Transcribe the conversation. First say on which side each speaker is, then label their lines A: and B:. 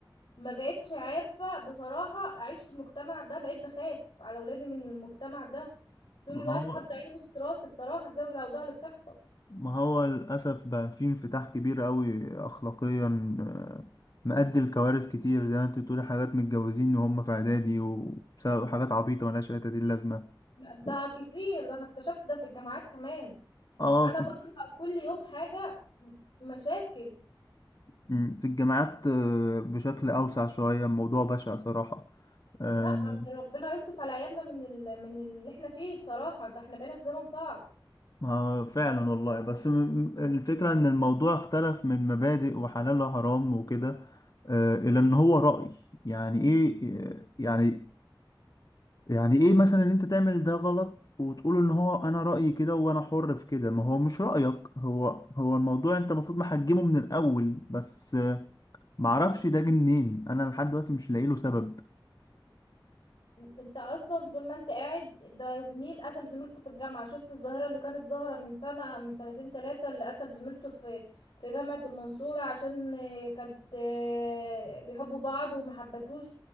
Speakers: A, on the left; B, on the left.
A: ما بقتش عارفة بصراحة اعيش في المجتمع ده بقيت بخاف على ولادي من المجتمع ده طول الوقت
B: هو
A: حاطة عيني وسط راسي بصراحة بسبب الاوضاع اللي بتحصل
B: ما هو للأسف بقى في انفتاح كبير قوي أخلاقيا آه، مؤدي لكوارث كتير زي ما انت بتقولي حاجات متجوزين وهم في إعدادي وبسبب حاجات عبيطة ملهاش أي تدين لازمة
A: ده
B: و-
A: كتير ده انا اكتشفت ده في الجامعات كمان
B: اه
A: انا
B: في
A: بقرأ كل يوم حاجة مشاكل
B: م، في الجامعات آه، بشكل أوسع شوية الموضوع بشع صراحة آه،
A: لا ربنا يلطف على عيالنا من ال... من اللي احنا فيه بصراحة ده احنا بقينا في زمن صعب
B: ما فعلا والله بس م- م- الفكرة إن الموضوع اختلف من مبادئ وحلال وحرام وكده آه، إلى إن هو رأي يعني إيه آه، يعني يعني ايه مثلا ان انت تعمل ده غلط وتقول ان هو انا رأيي كده وانا حر في كده ما هو مش رأيك هو هو الموضوع انت المفروض محجمه من الاول بس آه، معرفش ده جه منين انا لحد دلوقتي مش لاقي له سبب
A: انت اصلا طول ما انت قاعد ده زميل قتل زميلته في الجامعة شفت الظاهرة اللي كانت ظاهرة من سنة من سنتين تلاتة اللي قتل زميلته في في جامعة المنصورة عشان آه، كانت آه، بيحبوا بعض ومحبتوش